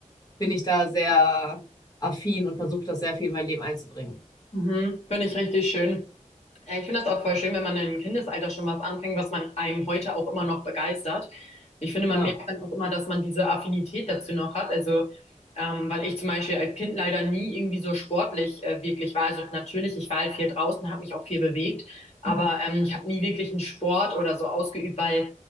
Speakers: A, on the left; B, on the left.
A: bin ich da sehr affin und versuche das sehr viel in mein Leben einzubringen.
B: Mhm, finde ich richtig schön. Ja, ich finde das auch voll schön, wenn man im Kindesalter schon was anfängt, was man einem heute auch immer noch begeistert. Ich finde, man
A: Ja.
B: merkt dann auch immer, dass man diese Affinität dazu noch hat. Also, ähm, weil ich zum Beispiel als Kind leider nie irgendwie so sportlich äh, wirklich war. Also natürlich, ich war halt viel draußen, habe mich auch viel bewegt, aber
A: Mhm.
B: ähm, ich habe nie wirklich einen Sport oder so ausgeübt, weil